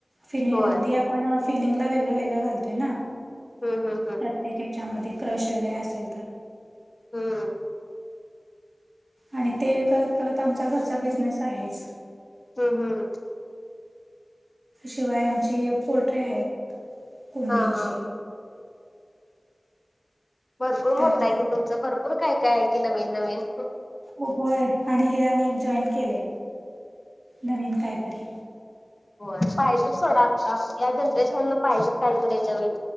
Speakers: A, on the right; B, on the left.
A: फिन
B: होय
A: मध्ये पण फिलिंगला वेगळं वेगळं घालतोय ना.
B: हम हम हम.
A: प्रत्येक ह्याच्यामध्ये क्रश वगैरे असेल तर
B: हम्म.
A: आणि ते करत करत आमचा घरचा बिझनेस आहेच.
B: हम्म हम्
A: शिवाय आमची पोलोल्ट्री आहेत कोंबडींची
B: हा हा भरपूर मोठा
A: त्यामुळे
B: आहे कि
A: ती
B: तुमच भरपूर काय काय आहे कि नवीन नवीन
A: हो, होय आणि हे आणि एक जॉईंट केले नवीन कायतरी
B: हो पाहिजेच थोडा आता या जनरेशन न पाहिजेच काहीतरी नवीन